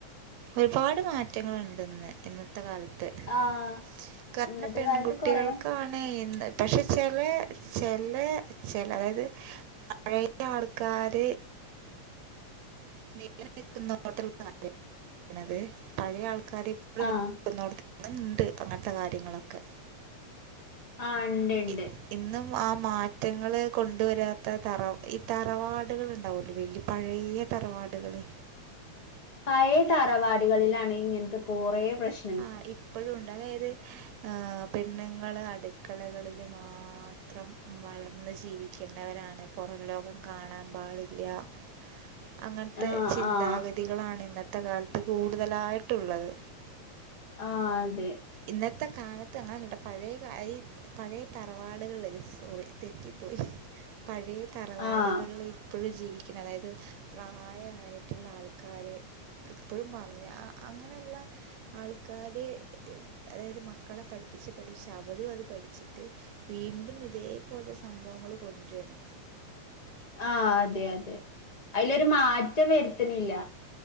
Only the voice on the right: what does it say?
ഒരുപാട് മാറ്റങ്ങളുണ്ട്ന്ന് ഇന്നത്തെ കാലത്ത്. ത്ത്
കാരണം
പെൺകുട്ടികൾക്കാണെയ്
ഇന്ന് പക്ഷെ ചെലേ ചെലേ ചെല അതായത് പഴയ ആൾക്കാര് നീ ഇങ്ങനെ നിക്കുന്നോട്ട കാര്യ പറണത് പഴയ ആൾക്കാരെ ഇപ്പോ
നിക്കുന്നോട്ത്ത് <unintelligible> ള്ണ്ട് അങ്ങൻത്തെ കാര്യങ്ങളൊക്കെ.
ഇ ഇന്നും ആ മാറ്റങ്ങള് കൊണ്ടുവരാത്ത തറ ഈ തറവാടുകൾ ഉണ്ടാവല്ലോ വല്യേ പഴയ തറവാടുകള്
ആഹ് ഇപ്പഴും ഉണ്ട് അതായത് ഏഹ് പെണ്ണുങ്ങൾ അടുക്കളകളിൽ മാത്രം വളർന്ന് ജീവി ക്കുന്നവരാണ് പുറം ലോകം കാണാൻ പാടില്ല്യ
അങ്ങൻത്തെ
ചിന്താഗതികളാണ്
ഇന്നത്തെ കാലത്ത് കൂടുതലായിട്ടുള്ളത്.
ഇന്നത്തെ കാലത്ത് അങ്ങനെല്ലട്ടാ പഴേ കായി പഴയ തറവാടുകൾള് സോറി തെറ്റിപ്പോയി പഴേ തറവാടുകൾള്
പ്പോഴും ജീവിക്കുന്ന അതായത് പ്രായായിട്ട്ള്ള ആൾക്കാര് ഇപ്പഴും മർഞ്ഞ് ആഹ് അങ്ങനല്ല. ആൾക്കാര് അതായത് മക്കളെ പഠിപ്പിച്ച് പഠിച്ച് അവരും അത് പഠിച്ചിട്ട് വീണ്ടും ഇതേപോലെ സംഭവങ്ങൾ കൊണ്ട്രാണ്.